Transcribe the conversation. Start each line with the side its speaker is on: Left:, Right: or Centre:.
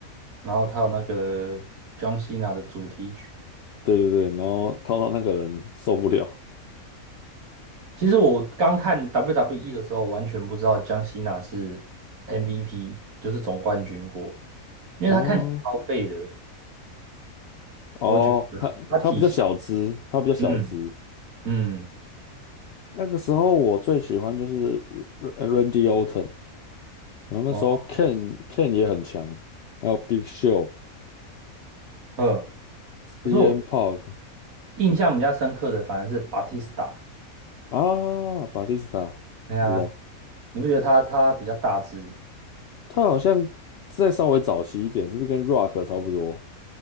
Right: 然后他有那个江 o 娜的主题曲。
Left: 对对对，然后套到那个人受不了，
Right: 其实我刚看 WWE 的时候，完全不知道江 o 娜是 MVP，就是总冠军过，因为他看起来超废的，
Left: 哦哦，
Right: 我觉得啊他体型，
Left: 他他比较小资，他比较小资，
Right: 嗯嗯
Left: 那个时候我最喜欢就是 R- a n d y Orton，然后那时候
Right: 哦
Left: Ken Ken 也很强，还有 Big Show、
Right: 呵，
Left: CM
Right: 可是我
Left: Punk
Right: 印象比较深刻的反而是 Batista，
Left: 啊，巴蒂斯塔，
Right: 对啊，
Left: 不知道。
Right: 你不觉得他他比较大只？
Left: 他好像再稍微早期一点，是不是跟 Rock 差不多？